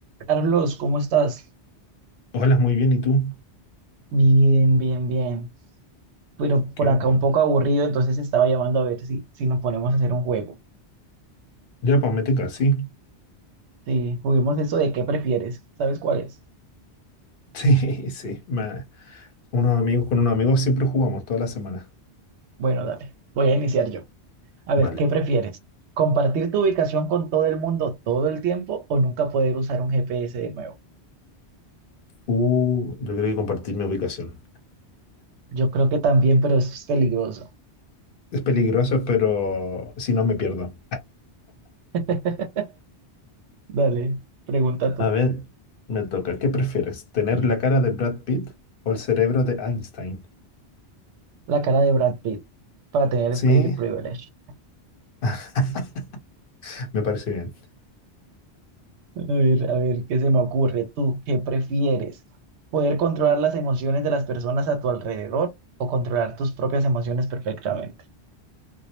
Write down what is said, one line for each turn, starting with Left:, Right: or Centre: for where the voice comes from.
Right: Carlos, ¿cómo estás?
Left: Hola, muy bien, ¿y tú?
Right: Bien, bien, bien. Pero por
Left: Qué
Right: acá
Left: bueno.
Right: un poco aburrido, entonces estaba llamando a ver si, si nos ponemos a hacer un juego.
Left: Ya, pues mete sí
Right: Sí, juguemos eso de qué prefieres. ¿Sabes cuál es?
Left: <laughs> Sí, sí. ma- Unos amigos con unos amigos siempre jugamos toda la semana.
Right: Bueno, dale, voy a iniciar yo. A
Left: Vale.
Right: ver, ¿qué prefieres? ¿Compartir tu ubicación con todo el mundo todo el tiempo o nunca poder usar un GPS de nuevo?
Left: Uh, yo creo que compartir mi ubicación.
Right: Yo creo que también, pero eso es peligroso.
Left: Es peligroso, pero si no me pierdo.
Right: <laughs> Dale, pregunta tú.
Left: A ver, me toca. ¿Qué prefieres? ¿Tener
Right: Mm.
Left: la cara de Brad Pitt o el cerebro de Einstein?
Right: La cara de Brad Pitt para tener
Left: Sí,
Right: el Pretty Privilege.
Left: <laughs> me parece bien.
Right: A ver, a ver, ¿qué se me ocurre? ¿Tú qué prefieres? ¿Poder controlar las emociones de las personas a tu alrededor o controlar tus propias emociones perfectamente?